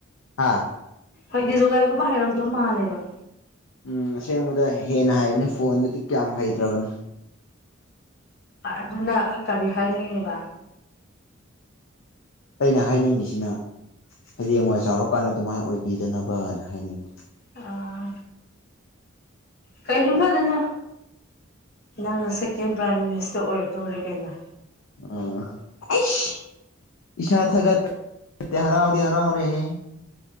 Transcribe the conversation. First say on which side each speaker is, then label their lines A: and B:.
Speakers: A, on the left; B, on the left.
A: ꯍꯥꯥ
B: ꯍꯥꯏꯗꯤ ꯖꯒꯣꯏꯒꯨꯝꯕ ꯍꯩꯔꯝꯗꯧ ꯃꯥꯜꯂꯦꯕ
A: ꯎꯝ ꯑꯁꯦꯡꯕꯗ ꯍꯦꯟꯅ ꯍꯩꯕꯅꯤ ꯐꯣꯟꯗꯨꯗꯤ ꯀꯌꯥꯝ ꯍꯩꯇ꯭ꯔꯕꯅꯤ
B: ꯑꯗꯨꯅ ꯀꯔꯤ ꯍꯥꯏꯅꯤꯡꯉꯤꯕ
A: ꯑꯩꯅ ꯍꯥꯏꯅꯤꯡꯉꯤꯁꯤꯅ ꯍꯌꯦꯡꯋꯥꯏ ꯆꯥꯎꯔꯀꯥꯟꯗ ꯑꯗꯨꯃꯥꯏꯅ ꯑꯣꯏꯕꯤꯗꯅꯕ ꯍꯥꯏꯅꯤꯡꯉꯤ
B: ꯑꯥ ꯀꯔꯤꯝ ꯈꯜꯂꯨꯅꯣ ꯅꯪꯅ ꯁꯦꯀꯦꯟ ꯄ꯭ꯔꯥꯏꯝ ꯃꯤꯅꯤꯁꯇꯔ ꯑꯣꯏꯔꯗꯧꯔꯦ ꯀꯩꯅꯣ
A: ꯑꯥ ꯑꯩꯁ ꯏꯁꯥ ꯊꯒꯠ ꯍꯔ ꯍꯥꯔꯥꯎꯗꯤ ꯍꯔꯥꯎꯔꯦꯍꯦ